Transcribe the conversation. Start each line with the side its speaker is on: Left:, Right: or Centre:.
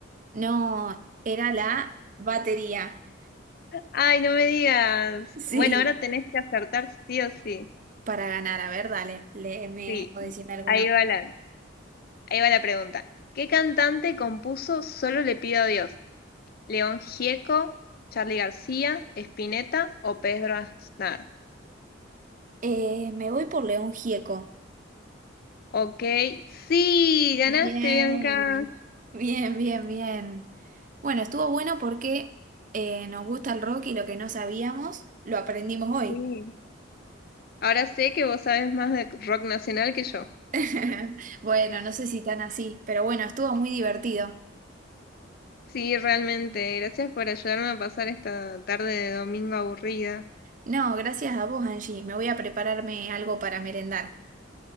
Right: No, era la batería.
Left: Ay, no me digas.
Right: Sí,
Left: Bueno, ahora tenés que acertar sí o sí.
Right: para ganar. A ver, dale, léeme
Left: Sí,
Right: o decime alguna
Left: ahí
Right: más.
Left: va la, ahí va la pregunta. ¿Qué cantante compuso Solo le pido a Dios? ¿León Gieco, Charly García, Spinetta o Pedro Aznar?
Right: Eh, me voy por León Gieco.
Left: Ok, sí, ganaste,
Right: Bien,
Left: Bianca.
Right: bien, bien, bien. Bueno, estuvo bueno porque eh, nos gusta el rock y lo que no sabíamos lo aprendimos hoy.
Left: Sí. Ahora sé que vos sabes más de rock nacional que yo.
Right: <laughs> Bueno, no sé si tan así, pero bueno, estuvo muy divertido.
Left: Sí, realmente. Gracias por ayudarme a pasar esta tarde de domingo aburrida.
Right: No, gracias a vos, Angie. Me voy a prepararme algo para merendar.